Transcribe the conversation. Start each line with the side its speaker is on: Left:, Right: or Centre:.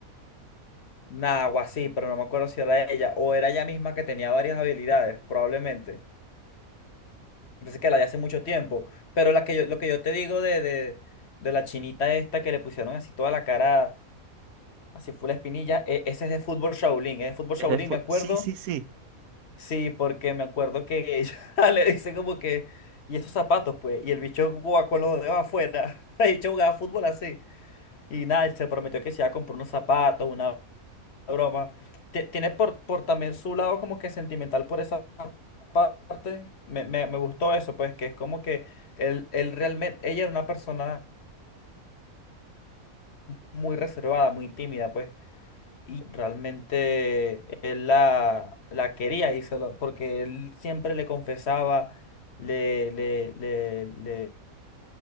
Left: Nah, algo así, pero no me acuerdo si era ella o era ella misma que tenía varias habilidades, probablemente. Entonces que la de hace mucho tiempo. Pero la que yo, lo que yo te digo de, de, de la chinita esta que le pusieron así toda la cara, así fue la espinilla, e- ese es de fútbol Shaolin, es de fútbol
Right: Es
Left: Shaolin,
Right: de fu-
Left: me acuerdo.
Right: Sí, sí, sí,
Left: Sí, porque me acuerdo que ella <laughs> le dice como que, y esos zapatos, pues, y el bicho jugaba con los dedos afuera. <laughs> El bicho jugaba fútbol así. Y nada, y se prometió que se iba a comprar unos zapatos, una broma. Ti- Tiene por, por también su lado como que sentimental por esa parte. Me, me, me gustó eso, pues, que es como que él, él realmente, ella era una persona muy reservada, muy tímida, pues. Y realmente él la, la quería y se lo- porque él siempre le confesaba, le, le, le, le-